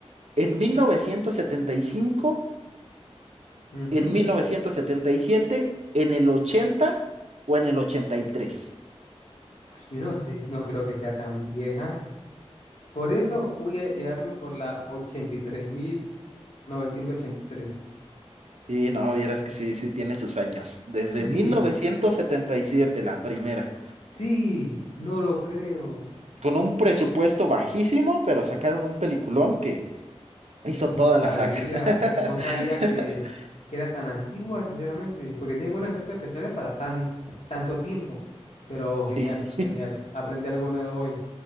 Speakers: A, on the right; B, on the left.
A: ¿En mil novecientos setenta y cinco
B: Ujú.
A: en mil novecientos setenta y siete en el 80 o en el ochenta Y tres
B: Pues yo no sé, no creo que sea tan vieja. Por eso voy a llevarme por la ochenta ochenta y y tres mil novecientos ochenta y tres
A: Y no, vieras que sí, sí tiene sus años. Desde
B: Sí,
A: mil novecientos setenta y siete la primera.
B: sí, no lo creo.
A: con un presupuesto bajísimo, pero sacaron un peliculón que hizo
B: No
A: toda
B: sabía,
A: la saga. <laughs>
B: no sabía que, que era tan antigua, sinceramente, porque tiene buenos efectos especiales para tan, tanto tiempo. Pero genial,
A: Sí, sí.
B: genial. Aprendí algo nuevo hoy.